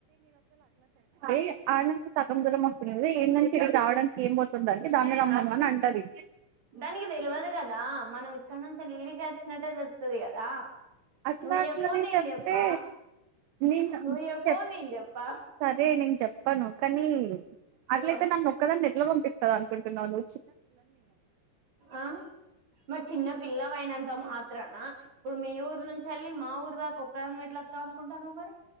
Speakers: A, on the right; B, on the right.
A: ఏయ్ ఆనంక సగందూరం దే ఏంనన్ ఇ రావడానికి ఏం పొ తుదండి సామి రమ్మను అని అంటది.
B: దానికి తెలవదు కదా మనం ఇక్కడ నుంచి <unintelligible> కదా
A: అట్లా
B: నువ్వు
A: అట్లా
B: చెప్పు
A: నేను చెప్తే
B: చెప్పా
A: నేను
B: నువ్వు చెప్పు
A: చెప్
B: నేను చెప్పా
A: సరే నేను చెప్ పను కానీ అట్లయితే
B: ఆ
A: నన్ను ఓక్కదానినే ఎట్లా పంపిస్త అనుకుంటున్నాను
B: ఆ మరి చిన్న పిల్ల అయినంత మాత్రాన ఇప్పుడు మీ ఊరు నుంచి వెళ్ళి మా ఊరు దాకా ఒక్క ఎట్లా వస్తాం అనుకుంటాన్నా మరి